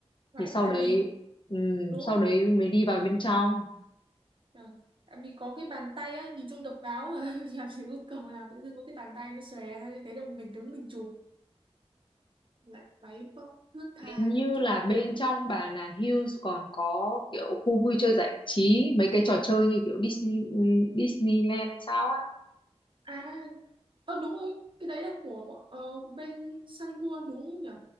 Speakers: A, on the right; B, on the left.
A: Vậy,
B: thì sau
A: tại
B: đấy
A: vì
B: ừm,
A: đúng
B: sau
A: không
B: đấy mới đi vào bên trong
A: Ờ, tại vì có cái bàn tay á nhìn trông độc đáo mà <laughs> làm gì có cầu nào tự dưng có cái bàn tay nó xòe ra như thế đâu mình đứng mình chụp lại váy vóc thướt tha
B: Hình như
A: đứng chụp
B: là bên trong bà nà Hills còn có kiểu khu vui chơi giải trí mấy cái trò chơi như kiểu Disney Disneyland hay sao á
A: à ờ đúng rồi cái đấy là của bọn- ờ, bên Sangwon đúng không nhỉ